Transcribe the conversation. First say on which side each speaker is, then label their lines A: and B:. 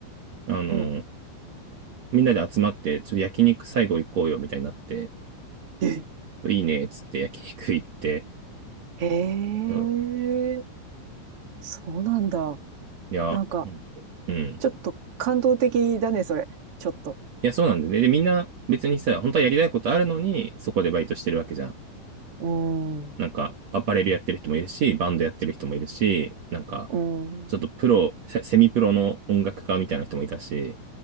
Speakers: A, on the right (about 75°); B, on the right (about 40°).
A: あの、
B: うん。
A: みんなで集まって、ちょっと焼肉最後行こうよ、みたいになって、
B: え
A: いいね、っつって焼肉行って、
B: へえ、
A: そう
B: そうなんだ。
A: いや、
B: なんか、
A: うんうん。
B: ちょっと感動的だね、それ。ちょっと。
A: いや、そうなんだよね。で、みんな別にさ、本当はやりたいことあるのに、そこでバイトしてるわけじゃん。
B: うーん、う
A: なんか、アパレルやってる人もいるし、バンドやってる人もいるし、なんか、
B: ーん、
A: ちょっとプロ、セセミプロの音楽家みたいな人もいたし、